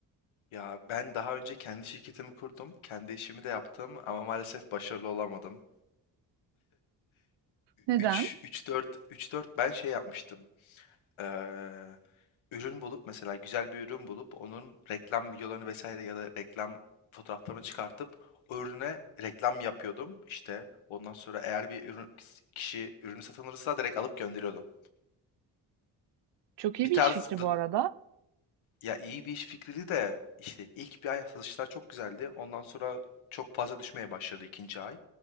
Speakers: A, on the left; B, on the right.
A: Ya ben daha önce kendi şirketimi kurdum. Kendi işimi de yaptım ama maalesef başarılı olamadım.
B: Neden?
A: 3 3 4 3 4 ben şey yapmıştım. Eee, ürün bulup mesela güzel bir ürün bulup onun reklam videolarını vesaire ya da reklam fotoğraflarını çıkartıp o ürüne reklam yapıyordum. İşte ondan sonra eğer bir ürün kişi ürünü satın alırsa direkt alıp gönderiyordum.
B: Çok iyi
A: Bir
B: bir
A: tarz
B: iş fikri
A: dı-
B: bu arada.
A: ya iyi bir iş fikriydi de işte ilk bir ay satışlar çok güzeldi. Ondan sonra çok fazla düşmeye başladı ikinci ay.